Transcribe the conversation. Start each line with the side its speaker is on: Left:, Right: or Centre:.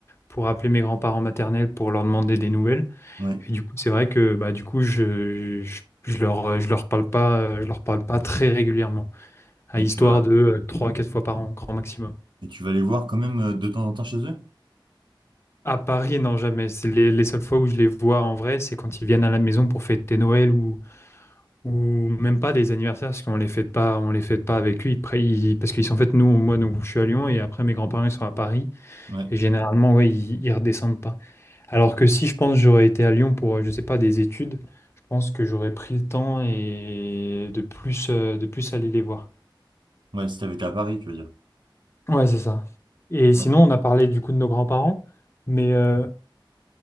Left: pour appeler mes grands-parents maternels pour leur demander des nouvelles.
Right: Ouais.
Left: Et du coup, c'est vrai que bah, du coup, je, je, je leur, je leur parle pas, euh, je leur parle pas très régulièrement, à
Right: Mais
Left: histoire
Right: tu vas
Left: de euh, trois 3-4 fois par an, grand maximum.
Right: et tu vas les voir quand même euh, de temps en temps chez eux?
Left: À Paris, non, jamais. C'est les, les seules fois où je les vois en vrai, c'est quand ils viennent à la maison pour fêter Noël ou, ou même pas des anniversaires, parce qu'on les fête pas, on les fête pas avec eux. Ils, pré- ils- parce qu'ils sont en fait nous, moi, donc je suis à Lyon et après mes grands-parents ils sont à Paris.
Right: Ouais.
Left: Et généralement, ouais, ils, ils redescendent pas. Alors
Right: Ok.
Left: que si je pense j'aurais été à Lyon pour, euh, je sais pas, des études, je pense que j'aurais pris le temps et de plus, euh, de plus aller les voir.
Right: Ouais, si t'avais été à Paris, tu veux dire.
Left: Ouais, c'est ça. Et sinon,
Right: Ouais.
Left: on a parlé du coup de nos grands-parents, mais euh,